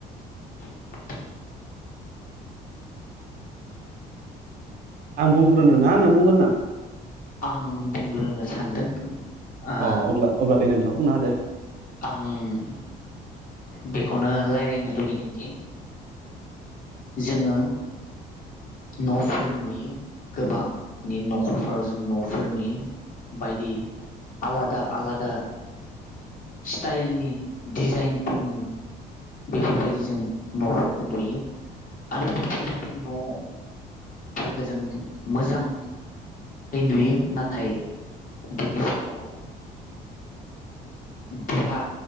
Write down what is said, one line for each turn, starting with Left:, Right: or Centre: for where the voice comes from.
Left: <inaudible>
Right: आं बुंग्रोनो ना नों बुंग्रोनो?
Left: आं बुंग्रोनो सानदों। ओ
Right: अ अब्ला अब्ला दे नोंथाङा बुंना होदो।
Left: आं बे खौनो रायलायनो लुगैदों जे जोङो न'फोर नुयो गोबांनि न'खरफोराव जों न'फोर नुयो बायदि आलादा आलादा स्टाइलनि डिजाइनफोरनि बेफोरबायदि जों न'फोरखो नुयो। आरो बेफोरबायदि न' फोरखो जों मोजां नुयो नाथाय बिनि सायाव बिहा